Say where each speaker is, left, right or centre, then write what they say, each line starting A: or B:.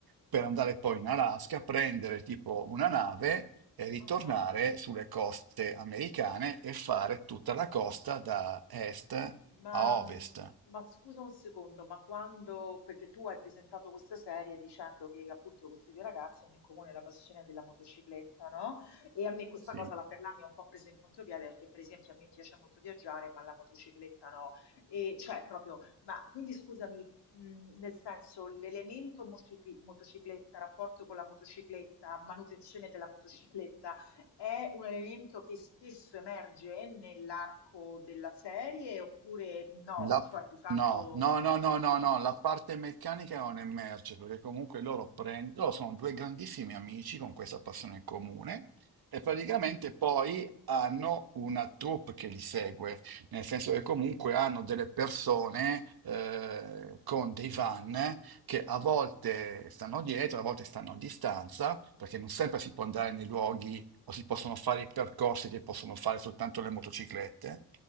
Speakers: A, on the right; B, on the left.
A: per andare poi in Alaska, prendere tipo una nave e ritornare
B: ah ah.
A: sulle coste americane e fare tutta la costa da est
B: Ma,
A: a ovest.
B: mh, ma scusa un secondo, ma quando, perché tu hai presentato questa serie dicendo che appunto questi due ragazzi hanno in comune la passione della motocicletta, no? E a me questa
A: Sì.
B: cosa, la Perla mi ha un po' preso in contropiede perché per esempio a me piace molto viaggiare, ma la motocicletta no. E cioè proprio, ma quindi scusami, mh, nel senso l'elemento mocicli- motocicletta, rapporto con la motocicletta, manutenzione della motocicletta, è un elemento che spesso emerge nell'arco della serie oppure no?
A: La-
B: Cioè, di fatto,
A: No, no, no, no, no, no, la parte meccanica non emerge perché comunque loro, prend- loro sono due grandissimi amici con questa passione in comune e praticamente poi hanno una troupe che li segue, nel senso che comunque hanno delle persone eh, con dei van che a volte stanno dietro, a volte stanno a distanza, perché non sempre si può andare nei luoghi o si possono fare i percorsi che possono fare soltanto le motociclette.